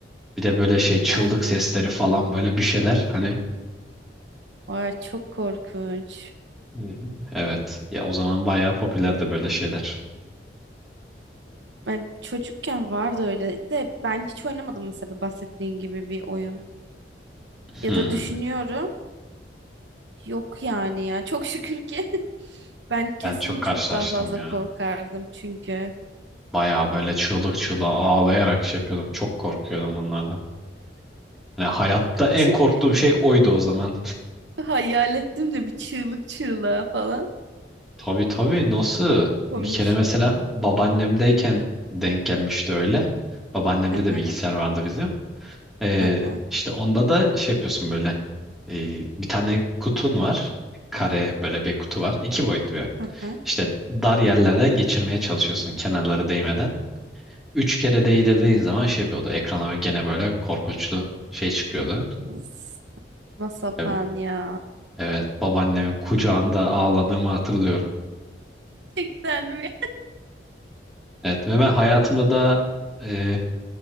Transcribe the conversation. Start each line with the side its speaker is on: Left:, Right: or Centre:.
Centre: Bir de böyle şey çığlık
Right: Yani
Centre: sesleri falan böyle bir şeyler. Hani
Right: vay çok korkunç.
Centre: e, evet. Ya o zaman bayağı popülerdi böyle şeyler.
Right: Ben çocukken vardı öyle de ben hiç oynamadım mesela bahsettiğin gibi bir oyun. Ya
Centre: Hmm.
Right: da düşünüyorum. Yok yani ya. Çok şükür ki <laughs> ben kesin
Centre: Ben çok karşılaştım
Right: çok daha fazla
Centre: ya.
Right: korkardım çünkü.
Centre: Bayağı böyle çığlık çığlığa ağlayarak şey yapıyordum. Çok korkuyordum onlardan. Yani hayatta en
Right: Çı-
Centre: korktuğum şey oydu o zaman.
Right: Hayal ettim de bir çığlık çığlığa falan.
Centre: Tabii tabii nasıl?
Right: Komik.
Centre: Bir kere mesela babaannemdeyken denk gelmişti öyle. Babaannemde
Right: Aha,
Centre: de bilgisayar vardı bizim. Ee,
Right: aha,
Centre: işte onda da şey yapıyorsun böyle ee, bir tane kutun var. Kare böyle bir kutu var. İki boyutlu bir oyun.
Right: aha.
Centre: İşte dar yerlerden geçirmeye çalışıyorsun kenarları değmeden. Üç kere değdirdiğin zaman şey yapıyordu. Ekrana gene böyle korkunçlu şey çıkıyordu.
Right: Saçma sapan
Centre: E-
Right: ya.
Centre: Evet babaannemin kucağında ağladığımı hatırlıyorum.
Right: Gerçekten mi?
Centre: Evet ve ben hayatımda da e,